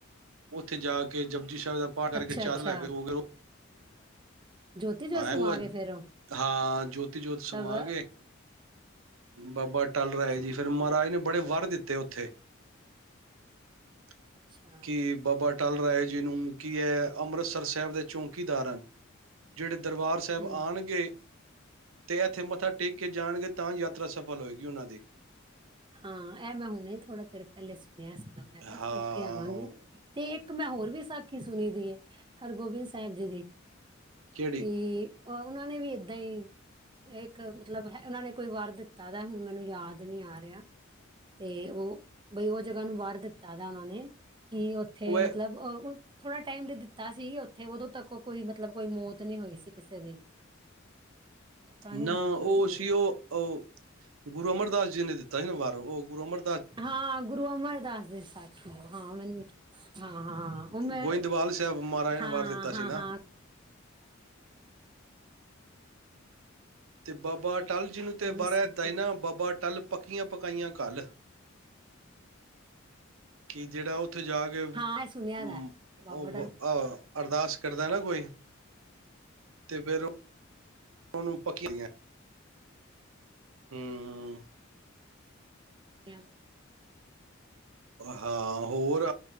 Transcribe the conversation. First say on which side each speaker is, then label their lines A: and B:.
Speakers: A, on the right (about 85°); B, on the right (about 25°).
A: ਉੱਥੇ ਜਾ ਕੇ ਜ <unintelligible> ਹਿਬ ਦਾ ਪਾਠ ਕਰਕੇ
B: ਅੱਛਾ
A: ਚਾਰ
B: ਅੱਛਾ
A: ਲੈ ਕੇ ਹੋਏ
B: <unintelligible> ਜੋਤੀ ਜੋ ਸਮਾ
A: ਉਹ
B: ਗ ਫੇਰ ਉਹ
A: ਹਾਂ <unintelligible> ਜੋਤ
B: ਮਤਲਬ
A: ਸਮਾ ਗਏ <unintelligible> ਬਬਰ <unintelligible> ਟਲ ਰਿਹਾ
B: ਅੱਛਾ
A: ਹੈ ਜੀ ਫਿਰ ਮਹਾਰਾਜ ਨੇ <unintelligible> ਬੜੇ ਵਾਹਰ ਦਿੱਤੇ ਉੱਥੇ <unintelligible>
B: ਅੱਛਾ
A: ਕਿ ਬਾਬਾ ਟਲ ਰਾਏ ਜੀ ਨੂੰ <unintelligible> ਕੀ ਹੈ ਅੰਮ੍ਰਿਤਸਰ ਸਾਹਿਬ ਦੇ ਚੌਂਕੀਦਾਰ ਹਨ ਜਿਹੜੇ <unintelligible> ਦਰਬਾਰ
B: ਹੂੰ
A: ਸਾਹਿਬ ਆਉਣਗੇ <unintelligible> ਤੇ ਇੱਥੇ ਮੱਥਾ ਟੇਕ ਕੇ ਜਾਣਗੇ ਤਾਂ ਯਾਤਰਾ ਸਫਲ ਹੋਏਗੀ ਉਹਨਾਂ ਦੀ
B: <unintelligible> ਹਾਂ ਇਹ ਮੈਂ ਹੁਣੇ ਥੋੜਾ ਚਿਰ ਪਹਿਲੇ <unintelligible> ਸੁਣਿਆ ਸੀਗਾ ਮੈਂ ਕਿਹਾਥ
A: ਹਾਂ
B: ਹੋ ਕੇ ਆਵਾਂਗੀ ਤੇ ਇੱਕ ਮੈਂ ਹੋਰ ਵੀ ਸੱਚ <unintelligible> ਸੁਣੀ ਦੀ ਹੈ ਹਰਗੋਬਿੰਦ ਸਾਹਿਬ ਜੀ ਦੀ <unintelligible>
A: ਕਿਹੜੀ
B: ਤੇ <unintelligible> ਉਹਨਾਂ ਨੇ ਵੀ ਏਦਾਂ ਹੀ ਇੱਕ ਮਤਲਬ ਹੈ ਉਹਨਾਂ ਨੇ ਕੋਈ ਵਰ ਦਿੱਤਾ ਦਾ ਹੁਣ ਮੈਨੂੰ ਯਾਦ ਨਹੀਂ ਆ ਰਿਹਾ <unintelligible> ਰਿ ਤੇ ਉਹ <unintelligible> ਬਈ ਉਹ ਜਗ੍ਹਾ ਨੂੰ ਵਾਰ ਦਿੱਤਾ <unintelligible> ਦਦਾ ਨਾਨ ਨੇ <unintelligible> ਕੀ ਉੱਥੇ
A: ਉਹ ਹੈ
B: ਮਤਲਬ <unintelligible> ਥੋੜ੍ਹਾ ਟਾਈਮ ਵੀ ਦਿੱਤਾ ਸੀ ਉੱਥੇ ਉਦੋਂ ਤੱਕ ਕੋਈ ਮਤਲਬ ਕੋਈ ਮੌਤ ਨਹੀਂ ਹੋਈ ਸੀ ਕਿਸੇ ਦੀ
A: <unintelligible>
B: ਪਤਾ
A: ਨਾ
B: ਨੀ ਹੁਣ
A: ਉਹ
B: ਮੈਨੂੰ-
A: ਸੀ ਉਹ ਗੁਰੂ ਅਮਰਦਾਸ ਜੀ ਨੇ ਦਿੱਤਾ <unintelligible> ਤਨ ਵਾਰ ਉਹ ਗੁਰੂ ਅਮਰ
B: <unintelligible> ਹਾਂ ਗੁਰੂ ਅਮਰਦਾਸ ਜਸਾਖ <unintelligible> ਹਾਂ ਮੈਨੂੰ ਹਾਂ ਹਾਂ ਉਹ ਮੈਂ
A: ਗੋਇੰਦਵਾਲ ਸਾਹਿਬ ਮਹਾਰਾਜ ਨੇ
B: ਹਾਂ
A: ਵਾਰ ਦਿੱਤਾ
B: ਹਾਂ
A: ਸੀ ਨਾ
B: ਹਾਂ <inaudible>
A: ਤੇ ਬਾਬਾ ਅਟਲ ਜੀ ਨੂੰ ਤੇ,
B: ਉਹ
A: ਬਾਰਾ
B: ਵੀ ਸੀ
A: ਤਾਹੀ ਨਾ ਬਾਬਾ ਅਟਲ ਪੱਕੀਆਂ ਪਕਾਈਆਂ ਘਰ, ਕੀ ਜਿਹੜਾ ਉਹ ਉੱਥੇ ਜਾ ਕੇ-
B: ਹਾਂ ਇਹ ਸੁਣਿਆ
A: <unintelligible>
B: ਦਾ ਹੈ, ਬਾਬਾ ਡਲ
A: ਅਰਦਾਸ ਕਰਦਾ ਨਾ ਕੋਈ, ਤੇ ਫੇਿਰ ਉਹਨੂੰ ਪੱਕੀ ਦੀਆਂ, ਹਮ
B: <unintelligible>
A: ਹਾਂ ਹੋਰ,